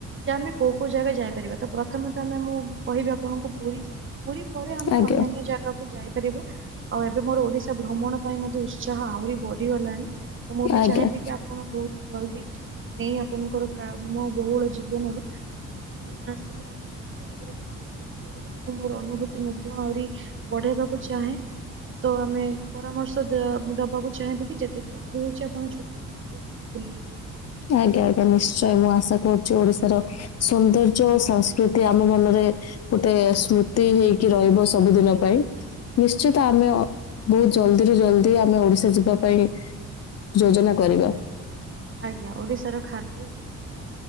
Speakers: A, on the right (about 40°); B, on the left (about 55°).
A: ଯେ ଆମେ କୋଉ କୋଉ ଜାଗା ଯାଇପାରିବା ତ ପ୍ରଥମେ ତ ଆମେ ମୁଁ କହିବି ଆପଣଙ୍କୁ ପୁରୀ ଯିବା ପୁରୀ ପରେ ଆମେ
B: ଆଜ୍ଞା
A: ଅନ୍ୟାନ୍ୟ ଜାଗାକୁ ଯାଇପାରିବା ଆଉ ଏବେ ମୋର ଓଡିଶା ଭ୍ରମଣ ପାଇଁ ମଧ୍ୟ ଉତ୍ସାହ ଆହୁରି ବଢିଗଲାଣି। ତ ମୁଁ ବି
B: ଆଜ୍ଞା
A: ଚାହିଁବି କି ଆପଣ ବହୁତ ଜଲଦି ଛୁଟି ନେଇ ଆପଣଙ୍କର କାମ ବହୁଳ ଜୀବନରୁ ଛୁଟି ନେଇ ଆସିଲେ ଆମେ ନିଶ୍ଚିତ ଭାବରେ କିଛି ଯୋଜନା କରିବା ଆ ମୋର ଅନୁଭୂତି ମଧ୍ୟ ଆହୁରି ବଢେଇବାକୁ ଚାହେଁ ତ ଆମେ ପରାମର୍ଶ ଦବାକୁ ଚାହିଁବିକି ଯେତେ ଜଲ୍ଦି ହଉଛି ଆପଣ ଛୁଟି ନିଅନ୍ତୁ ଆମେ ବୁଲିବାକୁ ଯିବା ଓଡିଶା।
B: ଆଜ୍ଞା ଆଜ୍ଞା ନିଶ୍ଚୟ ମୁଁ ଆଶା କରୁ ଓଡିଶାର ସୌନ୍ଦର୍ଯ୍ୟ ସଂସ୍କୃତି ଆମ ମନରେ ଗୋଟେ ସ୍ମୃତି ହେଇ କି ରହିବ ସବୁଦିନ ପାଇଁ। ନିଶ୍ଚିତ ଆମେ ବହୁତ ଜଲଦିରୁୁ ଜଲଦି ଆମେ ଓଡିଶା ଯିବା ପାଇଁ ଯୋଜନା କରିବାି।
A: ଆଜ୍ଞା ଓଡିଶାର ଖାଦ୍ୟ ଓଡିଶାର